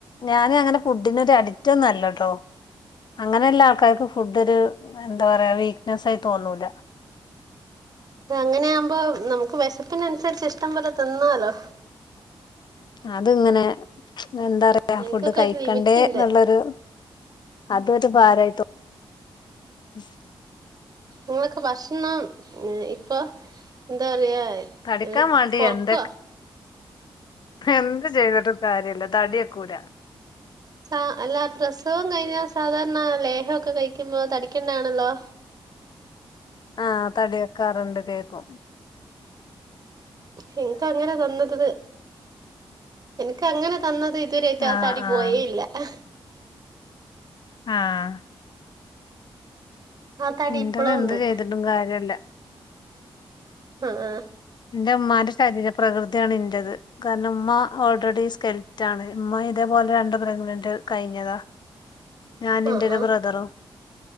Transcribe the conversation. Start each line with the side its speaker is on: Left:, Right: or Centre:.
Left: ഞാന് അങ്ങനെ ഫുഡിനൊരു അഡിക്റ്റൊന്ന ല്ലട്ടോ അങ്ങനെ ഇള്ള ആൾക്കാർക്ക് ഫുഡൊരു എന്താ പറയാ വീക്ക്നെസ് ആയി തോന്നൂല
Right: ഇങ്ങനെയാമ്പോ നമുക്ക് വെശപ്പിനനുസരിച്ച് ഇഷ്ടം പോലെ തിന്നാലോ
Left: അത് ഇങ്ങനെ എന്താ പറയാ
Right: എനിക്കൊക്കെ
Left: ഫുഡ് കഴിക്കെണ്ടേ
Right: ഒരു ലിമിറ്റ് ഉണ്ട്
Left: ന്നുള്ളൊരു അതൊരു ഭാരായി തോ ഉം
Right: നിങൊക്കെ ഭക്ഷണം ഈ ഇപ്പൊ എന്താ പറയാ എ
Left: തടിക്കാൻ
Right: ഏഹ്
Left: വേണ്ടി
Right: കൊർക്കുവ
Left: എന്തൊക്കെ എന്ത് ചെയ്തിട്ടും കാര്യല്ല തടിക്കൂല.
Right: സ അല്ല പ്രസവം കഴിഞ്ഞാ സാധാരണ ലേഹൊക്കെ കഴിക്കുമ്പോ തടിക്കണ്ടാണല്ലോ.
Left: ആ തടി വെക്കാറുണ്ട് വേഗൊം
Right: ഹിൻക്ക് അങ്ങനെ തന്ന് തന്ന് എൻക്ക് അങ്ങനെ തന്നതെ ഇതുവരേറ്റ
Left: ആഹ്
Right: ആ തടി പോയേ
Left: ആഹ്
Right: ഇല്ല എഹ്
Left: ആഹ്
Right: ആ തടി
Left: ഇന്റത്
Right: ഇപ്പളും
Left: എന്ത്
Right: ഉണ്ട്
Left: ചെയ്തിട്ടും കാര്യല്ല
Right: ആഹ്
Left: ന്റെ മ്മാന്റെ ശരീര പ്രകൃതിയാണ് ൻറത്. കാരണം മ്മ ഓൾറെഡി സ്കെൽറ്റ് ആണ്. ഉമ്മ ഇതേപോലെ രണ്ട് പ്രഗ്നന്റ് കഴിഞ്ഞതാ. ഞാന്
Right: ആഹ്
Left: ഇന്റെ ഒരു
Right: ആഹ്
Left: ബ്രദറും